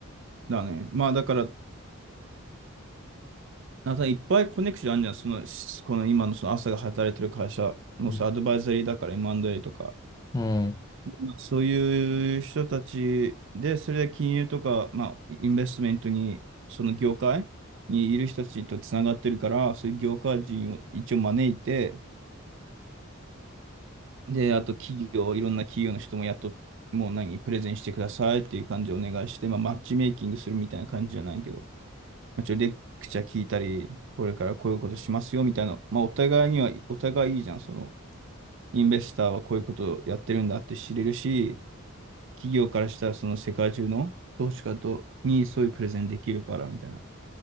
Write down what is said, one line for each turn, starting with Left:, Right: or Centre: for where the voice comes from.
Right: だね。まあだから、なんかいっぱいコネクションあるじゃん。その、この今のその朝が働いてる会社もさ、
Left: うん。
Right: アドバイザリーだから M&A とか、
Left: うん
Right: まあそういう人たちで、それで金融とか、まあ、インベストメントに、その業界にいる人たちとつながってるから、そういう業界人を一応招いて、で、あと企業、いろんな企業の人もやっと、もう何、プレゼンしてくださいっていう感じでお願いして、まあ、マッチメイキングするみたいな感じじゃないけど、まあ、ちょ、レクチャー聞いたり、これからこういうことしますよみたいな、まあ、お互いには、お互いいいじゃん、その、インベスターはこういうことをやってるんだって知れるし、企業からしたらその世界中の投資家とにそういうプレゼンできるからみたいな。